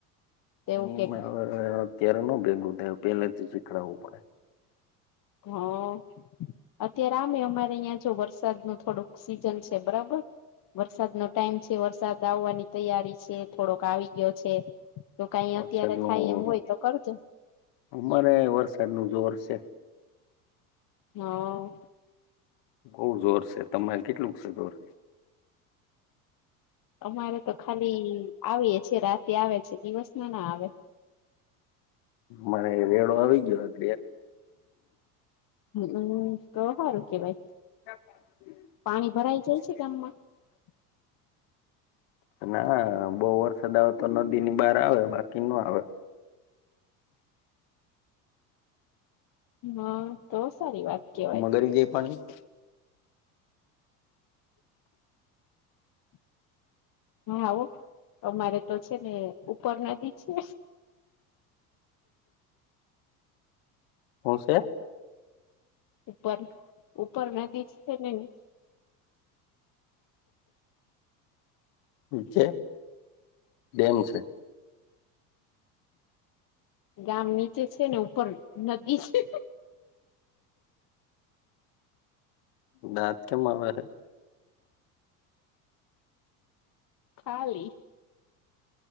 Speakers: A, on the left (about 45°); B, on the left (about 65°).
A: તેવું
B: ઈ
A: કેક
B: હવે અત્યારે નો ભેગું થાય એ પેલેથી શીખડાવવું પડે
A: હા અત્યારે આમે અમારે ઐયા જો વરસાદ ન થોડુંક સીઝન છે બરાબર વરસાદનો ટાઈમ છે વરસાદ આવવાની તૈયારી છે થોડોક આવી ગયો છે તો કંઈ
B: વરસાદનું
A: અત્યારે થાય એમ હોય તો કરુંજોને,
B: અમારે વરસાદનું જોર છે.
A: હા,
B: બઉ જોર છે, તમારે કેટલુંક છે. ગર
A: અમારે તો ખાલી આવીએ છે, રાતે આવે છે, દિવસના ના આવે.
B: મને રેડો આવી ગયો એટલે,
A: હુંતો સારું કેવાય.
B: <unintelligible>
A: પાણી
B: <inaudible>
A: ભરાઈ જાય છે <unintelligible> <inaudible>
B: ના બહુ વરસાદ આવે તો નદીની બહાર આવે બાકી ન આવે.
A: હાતો સારી વાત કેવાય,
B: કરી જઈ પાણી,
A: હા ઓ અમારે તો છે, ને ઉપર નદી છે.
B: હું છે.
A: ઉપર ઉપર નદી છેને.
B: ચ ડેમ છે.
A: ગામ નીચે છેને, ઉપર નદી છે.
B: દાંત કેમ આવે છે.
A: ખાલી